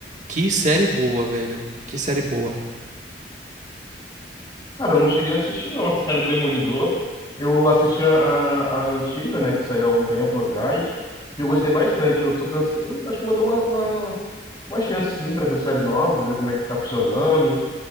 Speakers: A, on the right (about 45°); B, on the left (about 25°).
A: que série boa, velho. Que série boa.
B: Cara, eu não cheguei a assistir, não, essa série do Demolidor. Eu assisti a, a, a antiga, né, que saiu há um tempo atrás, e eu gostei bastante. Eu tô pensando, eu acho que eu vou dar uma, uma, uma chance, sim, pra essa série nova, ver como é que tá funcionando.